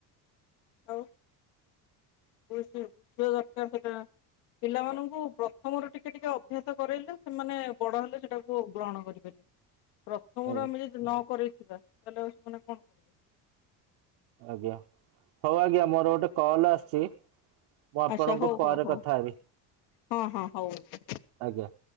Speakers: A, on the left; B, on the right.
A: ଆଉ ବ ବୁଝିବା ଦରକାର ସେଟା। ପିଲାମାନଙ୍କୁ ପ୍ରଥମ ରୁ ଟିକେ ଟିକେ ଅଭ୍ୟାସ କରାଇଲେ ସେମାନେ ବଡ ହେଲେ ସେଟାକୁ ଗ୍ରହଣ କରିପାରିବେ। ପ୍ରଥମରୁ
B: ଆଜ୍ଞା
A: ଆମେ ଯଦି ନ କରିଥିବା ତାହେଲେ ଆ ସେମାନେ କଣ କର
B: ଆଜ୍ଞା ହଉ ଆଜ୍ଞା ମୋର ଗୋଟେ କଲ ଆସିଛି ମୁଁ ଆପଣଙ୍କୁ
A: ଆଚ୍ଛା ହଉ
B: ପରେ
A: ହଉ ହଉ
B: କଥା ହେବି।
A: ହଁ ହଁ ହଉ।
B: ଆଜ୍ଞା।